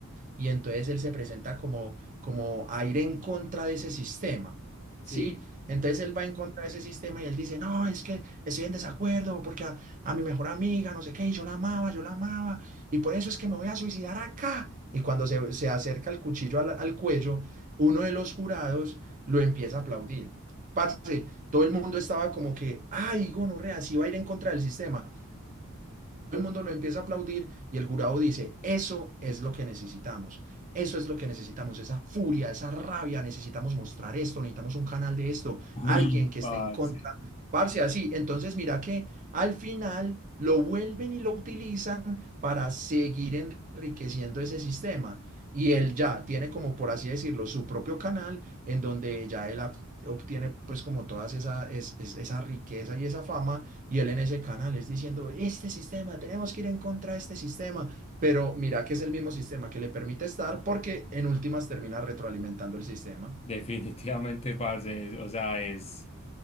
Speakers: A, on the right; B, on the left.
A: y entonces él se presenta como, como a ir en contra de ese sistema,
B: Sí.
A: ¿sí? Entonces él va en contra de ese sistema y él dice, no, es que estoy en desacuerdo porque a, a mi mejor amiga, no sé qué, y yo la amaba, yo la amaba, y por eso es que me voy a suicidar acá. Y cuando se, se acerca el cuchillo al, al cuello, uno de los jurados lo empieza a aplaudir. Parce, todo el mundo estaba como que, ay, gonorrea, sí va a ir en contra del sistema el mundo lo empieza a aplaudir y el jurado dice, eso es lo que necesitamos, eso es lo que necesitamos, esa furia, esa rabia, necesitamos mostrar esto, necesitamos un canal de esto,
B: Uy,
A: alguien que
B: parce.
A: esté en contra, parce, así. Entonces mira que al final lo vuelven y lo utilizan para seguir enriqueciendo ese sistema. Y él ya tiene como, por así decirlo, su propio canal en donde ya él ob- obtiene pues como todas esa, es- es- esa riqueza y esa fama y él en ese canal es diciendo, este sistema, tenemos que ir en contra de este sistema, pero mira que es el mismo sistema que le permite estar porque en últimas termina retroalimentando el sistema.
B: Definitivamente, parce, es- o sea, es,